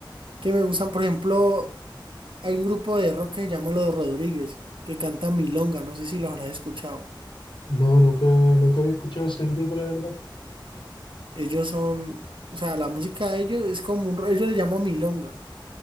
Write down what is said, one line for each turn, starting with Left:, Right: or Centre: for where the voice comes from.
Right: que me gustan. Por ejemplo, hay un grupo de rock que se llama Los Rodríguez, que canta Milonga, no sé si los habrás escuchado.
Left: No, nunca, nunca había escuchado ese grupo, la verdad.
Right: Ellos son, o sea, la música de ellos es como un, ro- ellos le llaman Milonga,